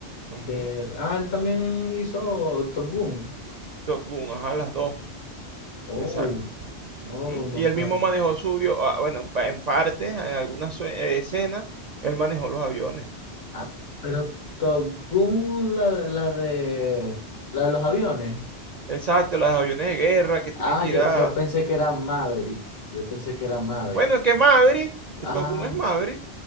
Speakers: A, on the right; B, on the left.
A: Ujú.
B: que- ah, él también hizo Top Gun.
A: Top Gun, ajá, las dos,
B: Oh,
A: exacto. Ujú.
B: oh, no
A: Y él
B: sabe.
A: mismo manejó suyo, ah, bueno, en, pa- en parte, en algunas sue- eh, escenas, él manejó los aviones.
B: Ah, pero Togun, la, la de la de los aviones.
A: Exacto, los aviones de guerra que tienen
B: Ah,
A: que
B: yo,
A: ir a...
B: yo pensé que era Maverick. Yo pensé que era Maverick.
A: Bueno, es que es Maverick,
B: Ah,
A: Top Gun es Maverick,